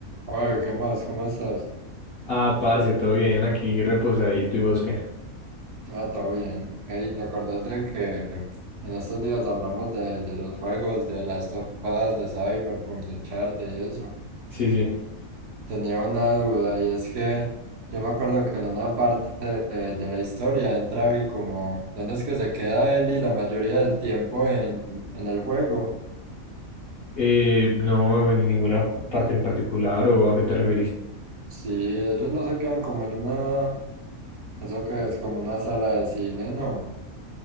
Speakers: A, on the right (about 65°); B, on the left (about 65°).
A: Oye, ¿qué más? ¿Cómo estás?
B: Ah, parce, todo bien, aquí reposadito y bosque.
A: Ah, todo bien. Hey, ¿te acordás de que en estos días hablamos de, de los juegos, de las topadas de Cyberpunk, de Charter y eso?
B: Sí, sí.
A: Tenía una duda y es que yo me acuerdo que en una parte de, de la historia entra Abby como, ¿dónde es que se queda él y la mayoría del tiempo en, en el juego?
B: Eh, no, en ninguna parte en particular o a qué te referís.
A: Sí, ellos no se quedan como en una, eso que es como una sala de cine, ¿no?